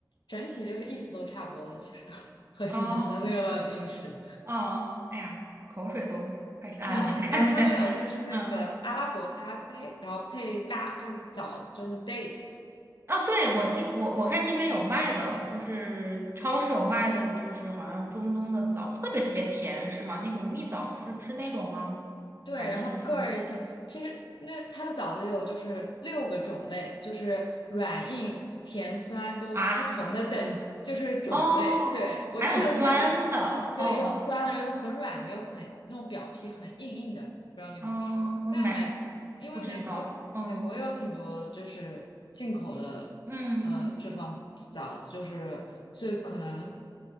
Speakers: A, on the left; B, on the right.
A: 整体就是意思都差不多的，其实 <laughs> 和新疆的那个饮食，
B: 哦哦，哎呀，我口水都快下来了，
A: 然后然后他们有就是那个阿拉伯咖啡，
B: <laughs> 感觉，嗯，
A: 然后配大就是枣子，就是 dates，
B: 哦，对，我听我我看这边有卖的，就是超市有卖的，就是好像中东的枣特别特别甜，是吗？那种蜜枣是是那种吗？
A: 对，
B: 还是说
A: 然后个儿也挺，其实那它的枣子有就是六个种类，就是软硬甜酸都不同的等级，
B: 啊？
A: 就是种类。
B: 哦，
A: 对，我去了才知道，
B: 还有酸的，
A: 对，
B: 哦，
A: 又酸了，又很软了，又很那种表皮很硬硬的，不知道你有没有吃过？
B: 嗯，我买
A: 在买，因为美国美国有挺多就是进口的，
B: 不知道，嗯嗯。
A: 呃，这方枣子就是，所以可能